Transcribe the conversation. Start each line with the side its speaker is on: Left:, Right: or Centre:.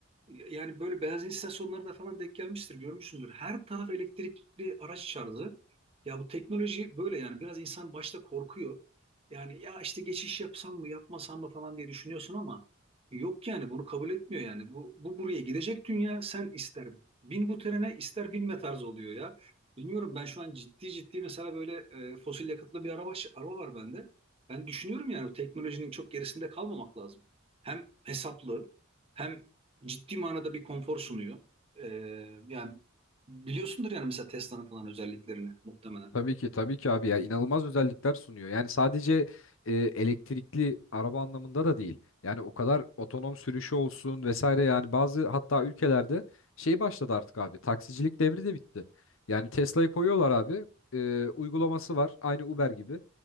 Right: yani böyle benzin istasyonlarında falan denk gelmiştir, görmüşsündür. Her taraf elektrikli araç şarjı. Ya bu teknoloji böyle yani biraz insan başta korkuyor. Yani ya işte geçiş yapsam mı yapmasam mı falan diye düşünüyorsun ama yok yani bunu kabul etmiyor yani. Bu, bu buraya gidecek dünya sen ister bin bu trene ister binme tarzı oluyor ya. Bilmiyorum ben şu an ciddi ciddi mesela böyle e, fosil yakıtlı bir araba, araba var bende. Ben düşünüyorum yani bu teknolojinin çok gerisinde kalmamak lazım. Hem hesaplı hem ciddi manada bir konfor sunuyor. Ee, yani biliyorsundur yani mesela Tesla'nın falan özelliklerini muhtemelen.
Left: Tabii ki tabii ki abi ya inanılmaz özellikler sunuyor. Yani sadece e, elektrikli araba anlamında da değil. Yani o kadar otonom sürüşü olsun vesaire yani bazı hatta ülkelerde şey başladı artık abi. Taksicilik devri de bitti. Yani Tesla'yı koyuyorlar abi. e, uygulaması var aynı Uber gibi.